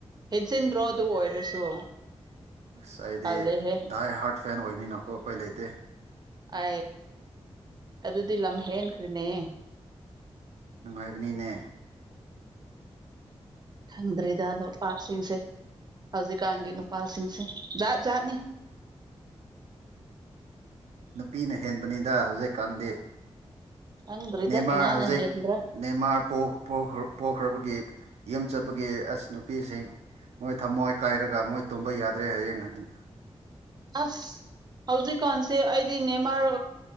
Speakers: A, on the right; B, on the right.
A: ꯍꯦꯖꯤꯟ ꯔꯣ ꯑꯗꯨ ꯑꯣꯏꯔꯁꯨ
B: ꯑꯁ ꯑꯩꯗꯤ
A: ꯇꯜꯂꯦꯍꯦ
B: ꯗꯥꯏ ꯍꯥꯔꯠ ꯐꯦꯟ ꯑꯣꯏꯕꯅꯤꯅ ꯈꯣꯠꯄꯩ ꯂꯩꯇꯦ
A: ꯑ ꯑꯗꯨꯗꯤ ꯂꯝꯝ ꯍꯦꯟ ꯀ꯭ꯅꯦ
B: ꯅꯨꯡꯉꯥꯏꯕꯅꯤꯅꯦ
A: ꯈꯪꯗ꯭ꯔꯤꯗ ꯑꯗꯣ ꯄꯥꯔꯠꯁꯤꯡꯁꯦ ꯍꯧꯖꯤꯛꯀꯥꯟꯒꯤ ꯅꯨꯄꯥꯁꯤꯡꯁꯦ ꯖꯥꯠ ꯖꯥꯠꯅꯤ
B: ꯅꯨꯄꯤꯅ ꯍꯦꯟꯕꯅꯤꯗ ꯍꯧꯖꯤꯛꯀꯥꯟꯗꯤ
A: ꯈꯪꯗ꯭ꯔꯦꯗ
B: ꯅꯦꯃꯥꯔ
A: ꯀꯅꯥꯅ
B: ꯍꯧꯖꯤꯛ
A: ꯍꯦꯟꯕ꯭ꯔꯥ
B: ꯅꯦꯃꯥꯔ ꯄꯣꯛꯈ꯭ꯔꯕꯒꯤ ꯌꯨꯝ ꯆꯠꯄꯒꯤ ꯑꯁ ꯅꯨꯄꯤꯁꯤꯡ ꯃꯣꯏ ꯊꯝꯃꯣꯏ ꯀꯥꯏꯔꯒ ꯃꯣꯏ ꯇꯨꯝꯕ ꯌꯥꯗ꯭ꯔꯦ ꯍꯌꯦꯡ ꯑꯗꯨ
A: ꯑꯁ ꯍꯧꯖꯤ ꯀꯥꯟꯁꯦ ꯑꯩꯗꯤ ꯅꯦꯃꯥꯔ